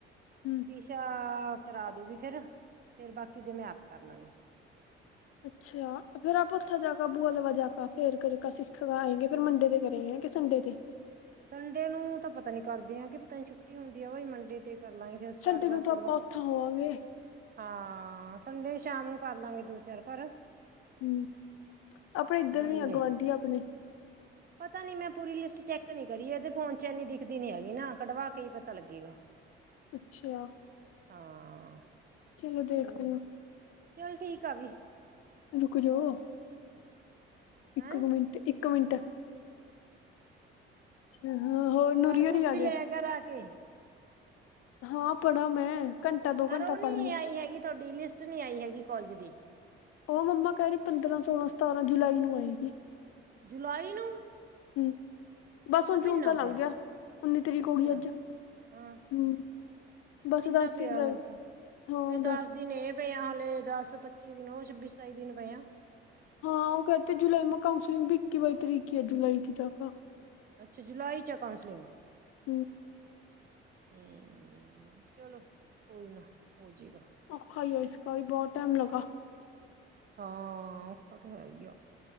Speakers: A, on the left (about 50°); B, on the right (about 30°).
A: ਹੂੰ
B: ਈਸ਼ਾ ਕਰਾ ਦੂਗੀ ਫੇਰ, ਫੇਰ ਬਾਕੀ ਦੇ ਮੈਂ ਆਪ ਕਰ ਲਾਂਗੀ।
A: ਅੱਛਾ ਫੇਰ ਆਪਾਂ ਓਥੇ ਜਾ ਕੇ ਬੂਆ ਲਵਾ ਜਾ ਕੇ ਫੇਰ ਕਰੇ ਸਿਏਖ ਆਏਗੇ ਫੇਰ ਮੰੰਡੇ ਦੇ ਕਰੇ ਸੰੰਡੇ ਤੇ।
B: ਸੰਡੇ ਨੂੰ ਤਾਂ ਪਤਾ ਨੀ ਕਰਦੇ ਆ ਕੇ ਪਤਾ ਛੁੱਟੀ ਹੁੰਦੀ ਆ ਮੰਡੇ ਤੇ ਕਰ ਲਾਂਗੇ ਸਟਾਟ
A: ਸੰਡੇ
B: ਬਸ
A: ਨੂੰ ਤਾਂ
B: ਲਗਾ
A: ਆਪਾਂ ਉੱਥਾਂ
B: ਤ
A: ਹੋਵਾਂਗੇ
B: ਹਾਂ ਸੰਡੇ ਸ਼ਾਮ ਨੂੰ ਕਰ ਲਵਗੇ ਦੋ-ਚਾਰ ਘਰ
A: ਹੂੰ ਆਪਣੇ ਏਧਰ
B: ਮੰਡੇ
A: ਵੀ ਆਂ ਗਵਾਂਡੀ ਆਪਣੇ
B: ਪਤਾ ਨੀ ਮੈਂ ਪੂਰੀ ਲੀਸਟ ਚੈੱਕ ਨੀ ਕਰੀ ਏਦੇ ਫੋਨ ਚ ਏਨੀ ਦਿਖਦੀ ਨੀ ਹੈਗੀ ਨਾ ਕਢਵਾ ਕੇ ਈ ਪਤਾ ਲੱਗੇਗਾ
A: ਅੱਛਾ।
B: ਹਾਂ,
A: ਚਲੋ ਦੇਖ
B: ਓ,
A: ਲਿਓ
B: ਚੱਲ ਠੀਕ ਆ ਵੀ।
A: ਰੁਕ ਜੋ, ਏਕ
B: ਹੈਂ
A: ਮੀਂਟ ਏਕ ਮੀਂਟ ਅੱਛਾ ਹਾਂ ਹੋਰ ਨੂਰੀ
B: ਪੜ
A: ਹੋਰੀ
B: ਪੁੜ ਵੀ
A: ਆ
B: ਲੇਆ
A: ਗਏ
B: ਕਰ ਆ ਕੇ
A: ਹਾਂ ਪੜਾ ਮੈਂ ਘੰਟਾ ਦੋ ਘੰਟਾ
B: ਅਰੋਨੀ
A: ਪੜ੍ਹ ਲਿਆ
B: ਆਈ ਹੈਗੀ ਤੁਹਾਡੀ ਲੀਸਟ ਨੀ ਆਈ ਹੈਗੀ ਕੌਲਜ ਦੀ।
A: ਓ ਮੰਮਾ ਕੈ ਰਏ ਪੰਦਰਾਂ-ਸੋਲਾਂ-ਸਤਾਰਾਂ ਜੁਲਾਈ ਨੂੰ ਆਏਗੀ।
B: ਜੁਲਾਈ ਨੂੰ?
A: ਹੂੰ ਬਸ
B: ਹਲ
A: ਹੁਣ
B: ਮਹੀਨਾ
A: ਜੂਨ ਤਾਂ ਲੰਘ
B: ਪਿਆ
A: ਗੇਆ ਉੱਨੀ ਤਰੀਕ
B: ਅੱਛਾ
A: ਹੋ ਗਈ ਅੱਜ
B: ਹਾਂ
A: ਹੂੰ ਬਸ
B: ਮਹੀਨਾ
A: ਦਸ
B: ਪਿਆ
A: ਦੇਨ ਰਏ,
B: ਹਲ ਤਾਂ
A: ਹੂੰ
B: ਫੇਰ
A: ਦਸ
B: ਦਿਨ ਇਹ ਪਏ ਆ ਹਾਲੇ ਦਸ-ਪੱਚੀ ਦਿਨ ਊ ਛੱਬੀ-ਸਤਾਈ ਦੇਨ ਪਏ ਆ।
A: ਹਾਂ ਓ ਕੈ ਤੇ ਜੁਲਾਈ ਮੇ ਕਾਂਉਸਲਿੰਗ ਵੀ ਇੱਕੀ-ਬਾਈ ਤਰੀਕ ਈ ਐ ਜੁਲਾਈ ਕਿ ਜਾ
B: ਅੱਛਾ ਜੁਲਾਈ ਚਾ ਕਾਊਂਸਲੀਂਗ?
A: ਹੂੰ
B: ਹੂੰ, ਚਲੋ ਕੋਈ ਨਾ ਹੋ ਜੇਗਾ।
A: ਔਖਾ ਈ ਐ ਈਸਕਾ ਵੀ ਬਹੁ ਟੈਮ ਲਗਾ।
B: ਹਾਂ ਔਖਾ ਤੋ ਹੈ ਈ ਆ,